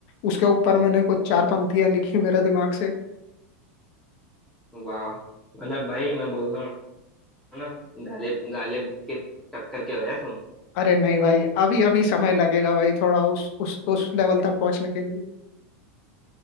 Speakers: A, on the left; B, in the centre.
A: उसके ऊपर मैंने कुछ चार पंक्तियां लिखी मेरे दिमाग से
B: वाह मतलब भाई मैं बोल रहा हूँ ना गालिब गालिब के टक्कर के हो यार तुम
A: अरे नहीं भाई अभी अभी समय लगेगा भाई थोड़ा उस उस उस लेवल तक पहुंचने के लिए